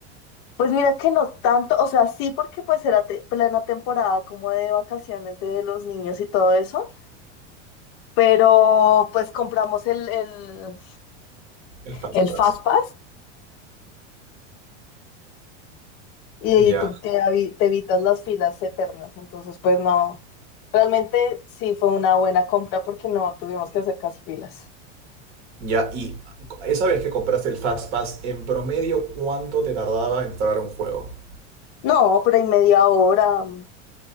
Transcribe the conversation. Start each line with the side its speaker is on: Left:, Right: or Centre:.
Left: Pues mira que no tanto, o sea, sí porque pues era te- plena temporada como de vacaciones de los niños y todo eso, pero pues compramos el, el,
Right: el Fast
Left: el
Right: Pass.
Left: Fast Pass y
Right: Ya,
Left: tú te, avi- te evitas las filas eternas, entonces pues no, realmente sí fue una buena compra porque no tuvimos que hacer casi filas.
Right: ya, y esa vez que compraste el Fast Pass, en promedio, ¿cuánto te tardaba entrar a un juego?
Left: No, pero en media hora, mm,